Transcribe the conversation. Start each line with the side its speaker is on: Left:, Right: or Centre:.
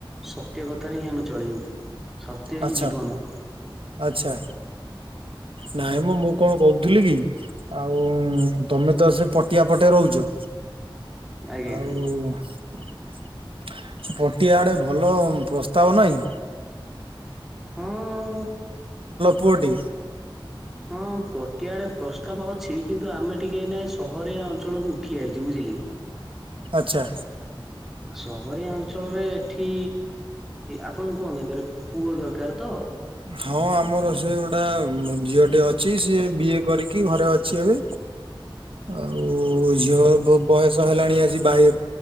Centre: ସତ୍ୟ କଥାରେ ହିଁ ଆମେ ଚଳିବୁ ସତେଇସି
Right: ଆଚ୍ଛା।
Centre: ଯୀବନ
Right: ଆଚ୍ଛା ନାଇଁ ମୁଁ ମୁଁ କଣ କହୁଥିଲି କି ଆଉ ତମେ ତ ସେ ପଟିଆ ପ ଗୋଟେ ରହୁଛ
Centre: ଆଜ୍ଞା
Right: ଆଉ ସେ ପଟିଆ ଆଡେ ଭଲ ପ୍ରସ୍ତାବ ନହିଁ
Centre: ହଁ
Right: ପୁଅଟିଏ
Centre: ହଁ ପଟିଆଡେ ତ ଅଛି କିନ୍ତୁ ଆମେ ଟିକେ ସହରଆ ଅଞ୍ଚଳକୁ ଉଠିଯାଇଛି ବୁଝିଲେ
Right: ଆଚ୍ଛା
Centre: ସହରିଆ ଅଞ୍ଚଳରେ ଏଠି ଆପଣଙ୍କୁ କଣ ଦରକାର ପୁଅ ଦରକାର ତ?
Right: ହଁ ଆମର ସେ ଗୋଟା ଝିଅଟି ଅଛି ସିଏ ବିଏ କରିକି ଘରେ ଅଛି ଏବେ ଆଉ ଝିଅ ବୟସ ହେଲାଣି ାଇ